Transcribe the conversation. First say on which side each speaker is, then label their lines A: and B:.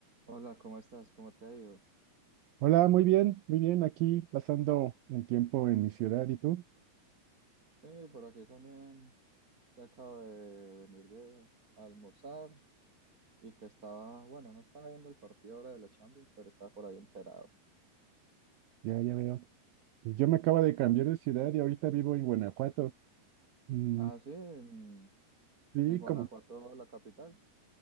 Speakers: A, on the right; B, on the right.
A: Hola, ¿cómo estás? ¿Cómo te ha ido?
B: Hola, muy bien, muy bien. Aquí pasando el tiempo en mi ciudad, ¿y tú?
A: Sí, por aquí también. Que acabo de venir de almorzar y que estaba, bueno, no estaba viendo el partido ahora de la Champions, pero estaba por ahí enterado.
B: Ya, ya veo. Yo me acabo de cambiar de ciudad y ahorita vivo en Guanajuato. Mm,
A: Ah, sí, en,
B: sí,
A: en Guanajuato,
B: como.
A: la capital.